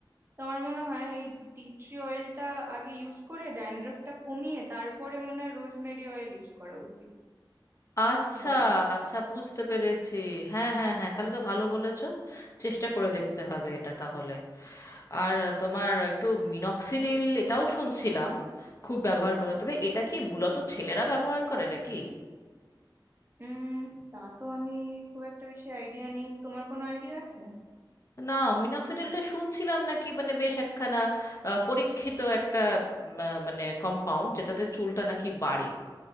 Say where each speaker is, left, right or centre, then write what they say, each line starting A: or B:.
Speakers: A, on the right (about 30°); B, on the left (about 40°).
A: তো আমার মনে হয় এই টি ট্রি অয়েলটা আগে ইউজ করে ড্যান্ড্রফটা কমিয়ে তারপরে মনে হয় রোজমেরি অয়েল ইউজ করা উচিত
B: আচ্ছা
A: কি বলো
B: আচ্ছা বুঝতে পেরেছি হ্যাঁ হ্যাঁ হ্যাঁ তাহলে তো ভালো বলেছো চেষ্টা করে দেখতে হবে এটা তাহলে আর আহ, তোমার একটু মিনক্সিডিল এটাও শুনছিলাম খুব ব্যবহার করে তবে এটা কি মূলত ছেলেরা ব্যবহার করে নাকি
A: উম তা তো আমি খুব একটা বেশি আইডিয়া নেই তোমার কোনো আইডিয়া আছে
B: না মিনক্সিডিলটা শুনছিলাম নাকি মানে বেশ একখানা আহ, পরীক্ষিত একটা উম, আহ, মানে কম্পাউন্ড যেটাতে চুলটা নাকি বাড়ে